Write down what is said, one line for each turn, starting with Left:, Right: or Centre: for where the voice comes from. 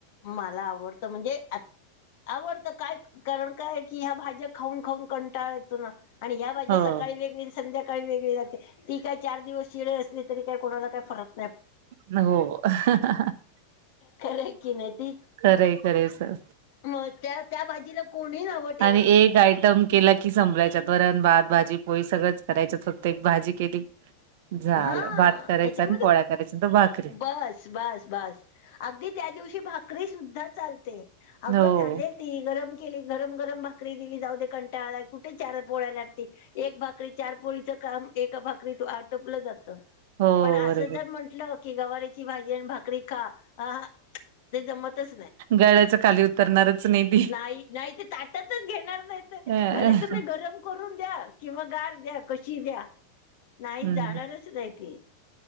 Left: मला आवडतं म्हणजे, आत-आवडत काय क कारण काय की ह्या भाज्या खाऊन- खाऊन कंटाळा येतो ना आणि ह्या भाज्या
Right: हो.
Left: सकाळी वेगळी संध्याकाळी वेगळी लागते ती काय चार दिवस शिळी असली तरी काय कोणाला काय फरक
Right: न हो <inaudible>
Left: खराय की नाही ते
Right: खरंय, खरंय सर.
Left: मग त्या -त्या भाजीला कोणी नावं ठेवत
Right: आणि एक
Left: नाही.
Right: आयटम केला की संभळायच्यात वरण, भात, भाजी, पोळी सगळंच करायच्या. फक्त एक भाजी केली. झालं.
Left: हा
Right: भात करायचा
Left: त्याच्यामध्ये
Right: आणि पोळ्या करायच्या आणि भाकरी.
Left: बस -बास -बास अगदी त्या दिवशी भाकरी सुद्धा चालते अग
Right: हो.
Left: झाले ती गरम केली गरम गरम भाकरी दिली जाऊ दे कंटाळा कुठ चार पोळ्या लाटती. एक भाकरी चार पोळीचं काम एका भाकरीत आट टपलं जात,
Right: हो
Left: पण असं
Right: बरोबर.
Left: जर म्हंटलं की गवारीची भाजी आणि भाकरी खा अह हां ते जमतच नाही,
Right: गळ्याच्या खाली उतरणारच नाही ती.
Left: नाही नाही ते ताटतच घेणार नाहीत. त
Right: अ
Left: भले तुम्ही गरम करून द्या किंवा गार द्या कशी द्या नाही
Right: हं.
Left: जाणारच नाही ती.